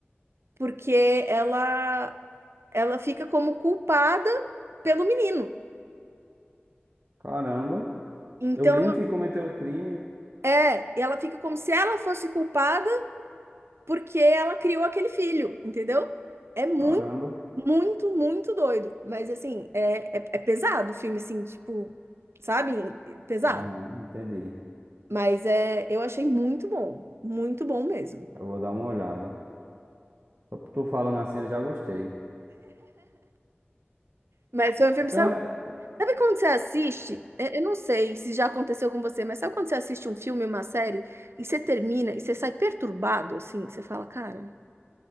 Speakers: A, on the right; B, on the right.
A: porque ela, ela fica como culpada pelo menino.
B: caramba.
A: Então,
B: E O menino que cometeu o crime,
A: é, ela fica como se ela fosse culpada porque ela criou aquele filho, entendeu? É muito,
B: caramba.
A: muito, muito doido. Mas assim, é, é, é pesado o filme, assim, tipo, sabe? Pesado.
B: Aham, entendi.
A: Mas é, eu achei muito bom, muito bom mesmo.
B: Eu vou dar uma olhada. Só por tu falando assim, eu já gostei.
A: Mas foi um filme,
B: Então,
A: sabe,
B: é-
A: sabe quando você assiste? É, Eu não sei se já aconteceu com você, mas sabe quando você assiste um filme, uma série, e você termina e você sai perturbado, assim, que você fala, cara.